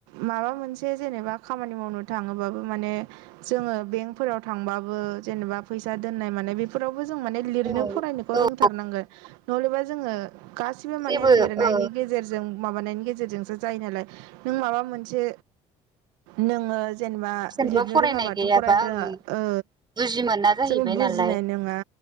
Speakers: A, on the right (about 80°); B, on the right (about 30°).
A: माबा मोनसे जेनेबा खामानि मावनो थाङोबाबो माने जोङो बेंकफोराव थांबाबो जेनेबा फैसा दोननाय मानाय फोरावबो जों माने लिरनो
B: औ
A: फरायनोखौ
B: औ
A: रोंथारनांगोन नहलेबा जोङो गासिबो
B: जेबो
A: माने लिरनायनि
B: ओ
A: गेजेरजों माबानायनि गेजेरजोंसो जायो नालाय नों माबा मोनसे नोङो जेनबा
B: जेनेबा
A: लिरनो
B: फरायनाय
A: रोङाबाथ'
B: गैयाबा
A: फरायनो
B: ओं
A: रोङा ओ
B: बुजि मोना जाहैबाय
A: जोङो बुजिनाय
B: नालाय
A: नङा